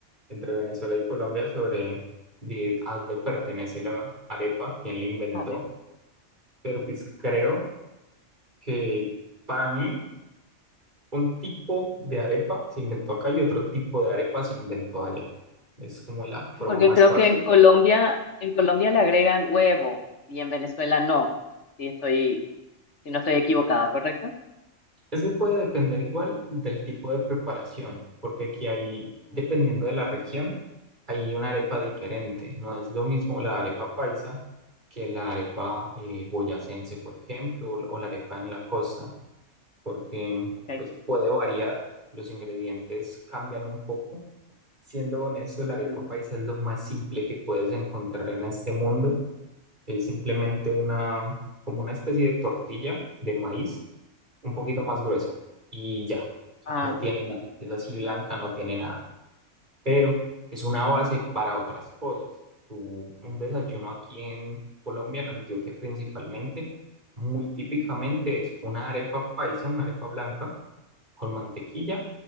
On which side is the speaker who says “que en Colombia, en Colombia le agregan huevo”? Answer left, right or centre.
Left